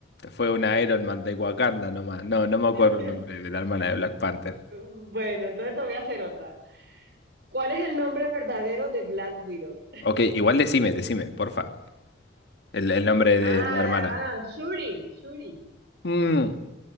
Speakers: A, on the left (about 60°); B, on the right (about 55°).
A: fue una Iron Man de Wakanda nomás. No, no me acuerdo
B: <laughs>
A: el nombre de la hermana de Black Panther.
B: Bueno, entonces te voy a hacer otra. ¿Cuál es el nombre verdadero de Black Widow?
A: Ok, igual decime, decime, porfa. El, el nombre
B: Ah,
A: de la hermana.
B: ah, Shuri, Shuri.
A: Mm,